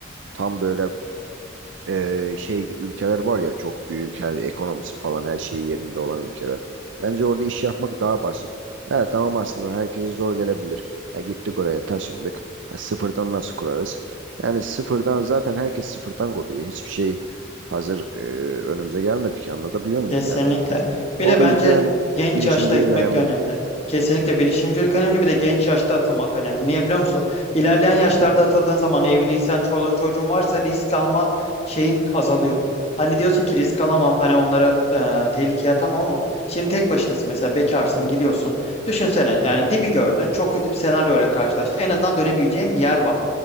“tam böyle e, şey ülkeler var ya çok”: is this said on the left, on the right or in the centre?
Right